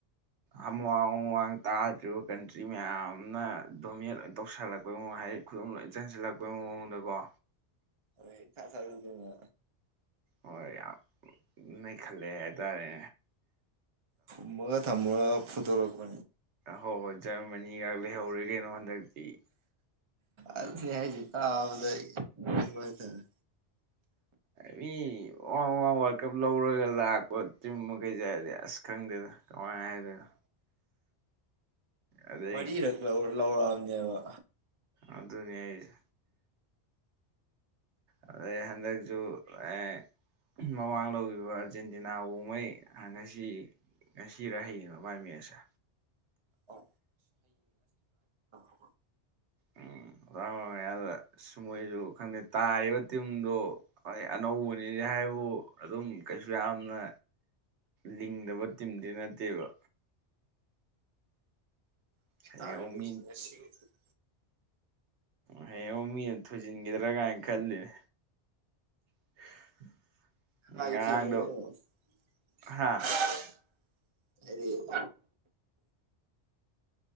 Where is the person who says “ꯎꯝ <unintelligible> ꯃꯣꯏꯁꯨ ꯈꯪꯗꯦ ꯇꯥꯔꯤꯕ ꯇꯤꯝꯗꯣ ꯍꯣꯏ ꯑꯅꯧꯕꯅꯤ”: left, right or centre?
Right